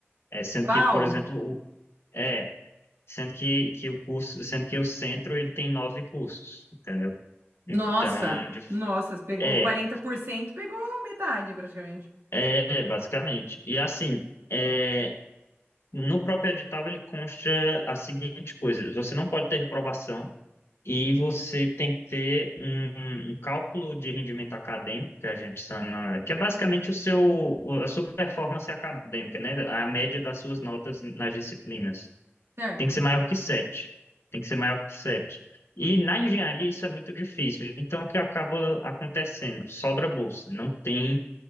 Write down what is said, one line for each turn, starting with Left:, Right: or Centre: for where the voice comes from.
Left: É, sendo
Right: Uau!
Left: que, por exemplo, o- é, Sendo que, que o curso, sendo que o centro ele tem nove cursos, entendeu? Então,
Right: Nossa!
Left: de-
Right: Nossa, pegou
Left: é,
Right: 40%, pegou metade praticamente,
Left: é basicamente. E assim, é, no próprio edital ele consta a seguinte coisa: você não pode ter reprovação e você tem que ter um, um cálculo de rendimento acadêmico, que a gente chama, que é basicamente o seu, a sua performance acadêmica, né? A média das suas notas nas disciplinas.
Right: certo?
Left: tem que ser maior que sete, Tem que ser maior que 7. E na engenharia isso é muito difícil. Então, o que acaba acontecendo? Sobra bolsa. Não tem,